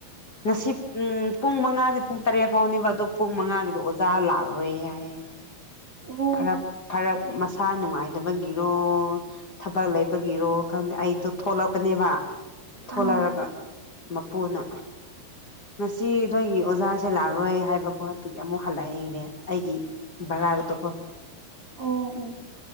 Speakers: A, on the left; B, on the right.
A: ꯉꯁꯤ ꯎꯝ ꯄꯨꯡ ꯃꯉꯥꯒꯤ ꯄꯨꯡ ꯇꯔꯦꯠ ꯐꯥꯎꯅꯤꯕ ꯑꯗꯣ ꯄꯨꯡ ꯃꯉꯥꯒꯤꯗꯣ ꯑꯣꯖꯥ ꯂꯥꯛꯔꯣꯏꯌꯦ ꯍꯥꯏꯌꯦ
B: ꯑꯣ
A: ꯈꯔ ꯐꯔꯛ ꯃꯁꯥ ꯅꯨꯡꯉꯥꯏ ꯗꯕꯒꯤꯔꯣ ꯊꯕꯛ ꯂꯩꯕꯒꯤꯔꯣ ꯈꯪꯗꯦ ꯑꯩꯗꯣ ꯊꯣꯛꯂꯛꯄꯅꯦꯕ ꯊꯣꯛꯂꯔꯒꯥ
B: ꯑꯥ
A: ꯃꯄꯨꯅ ꯉꯁꯤ ꯅꯣꯏꯒꯤ ꯑꯣꯖꯥꯁꯦ ꯂꯥꯛꯔꯣꯏ ꯍꯥꯏꯕꯀꯣ ꯇꯨꯒꯤ ꯑꯃꯨꯛ ꯍꯜꯂꯛꯏ ꯔꯦꯟ ꯑꯩꯒꯤ ꯕꯔꯥ ꯗꯨꯗꯥ ꯀꯣ
B: ꯑꯣ ꯎꯝ ꯎꯝ